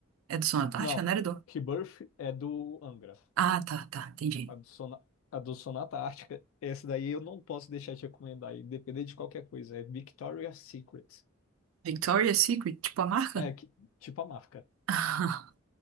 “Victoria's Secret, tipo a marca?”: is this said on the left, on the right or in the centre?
Right